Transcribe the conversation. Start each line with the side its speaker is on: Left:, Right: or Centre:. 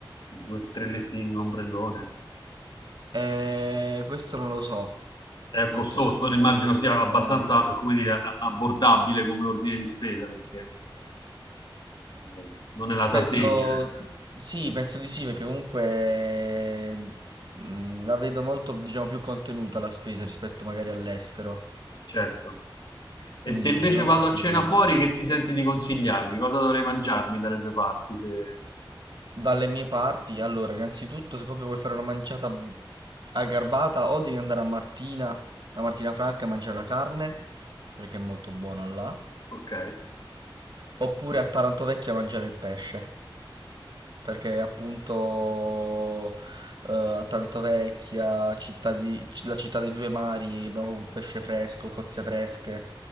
Left: Due, tre lettini, un ombrellone?
Right: Eh, questo non lo so.
Left: È
Right: Non
Left: costoso,
Right: ti so dire
Left: non immagino
Right: questo
Left: sia
Right: effettivamente.
Left: abbastanza, come dire, a- abbordabile come ordine di spesa, perché eh, non è la Sardegna,
Right: Penso,
Left: eh,
Right: sì, penso di sì, perché comunque mh, la vedo molto, diciamo, più contenuta la spesa rispetto magari all'estero.
Left: certo.
Right: Quindi,
Left: E se invece
Right: secondo
Left: vado
Right: me sì,
Left: a cena
Right: eh.
Left: fuori, che ti senti di consigliarmi? Cosa dovrei mangiarmi dalle due parti? se-
Right: dalle mie parti, allora, innanzitutto, se proprio vuoi fare una manciata aggarbata, o devi andare a Martina, a Martina Franca e mangiare la carne, perché è molto buona là,
Left: Ok,
Right: oppure a Taranto Vecchia a mangiare il pesce. perché appunto eh, a Taranto Vecchia, città di- la città dei due mari, abbiamo proprio pesce fresco, cozze fresche,